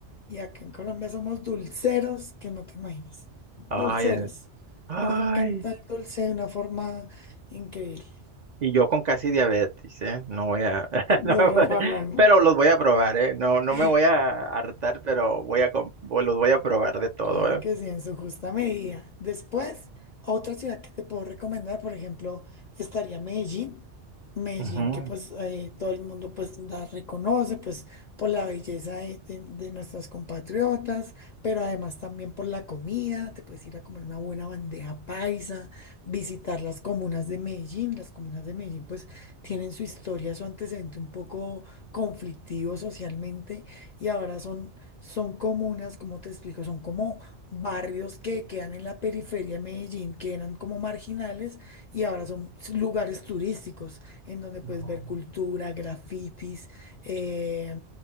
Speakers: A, on the left; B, on the right.
A: Y acá en Colombia somos dulceros que no te imaginas. Dulceros.
B: Ay, eh, ay.
A: Nos encanta el dulce de una forma increíble. <laughs>
B: Y yo con casi diabetes, ¿eh? No voy a, <laughs>
A: No,
B: no me
A: no,
B: voy
A: no,
B: a-
A: no,
B: pero los voy a probar, ¿eh? No, no
A: no.
B: me voy a hartar, pero voy a, com- voy- los voy a probar de todo,
A: Claro
B: ¿eh?
A: que sí, en su justa medida. Después, otra ciudad que te puedo recomendar, por ejemplo, estaría Medellín. Medellín,
B: Ujú.
A: que pues eh, todo el mundo pues la reconoce, pues por la belleza de, de- de nuestras compatriotas, pero además también por la comida. Te puedes ir a comer una buena bandeja paisa, visitar las comunas de Medellín. Las comunas de Medellín pues tienen su historia, su antecedente un poco conflictivo socialmente y ahora son son comunas, como te explico, son como barrios que quedan en la periferia de Medellín, que eran como marginales y ahora son s- lugares turísticos en donde puedes
B: No.
A: ver cultura, grafitis, eh,